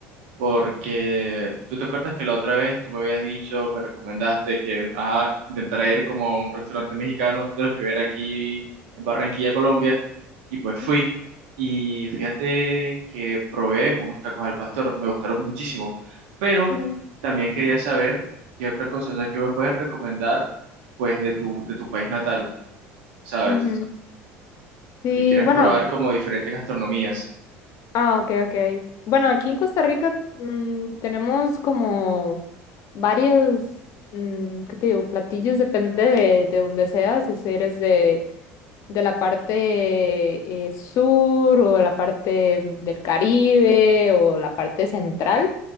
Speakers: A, on the right; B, on the left.
A: porque tú te acuerdas que la otra vez tú me habías dicho, me recomendaste que ah, intentara ir como a un restaurante mexicano de los que hubiera aquí en Barranquilla, Colombia, y pues fui.
B: Ujú,
A: Y fíjate que probé unos tacos al pastor, me gustaron muchísimo, pero
B: ujú.
A: también quería saber qué otra cosa, o sea, qué me puedes recomendar pues de tu, de tu país natal, ¿sabes?
B: ujú.
A: porque
B: Sí,
A: quieres
B: bueno,
A: probar como diferentes gastronomías.
B: ah, ok, ok. Bueno, aquí en Costa Rica mm, tenemos como varios, mm, ¿qué te digo? Platillos, depende de, de donde seas, si eres de, de la parte eh, sur o la parte del Caribe o la parte central.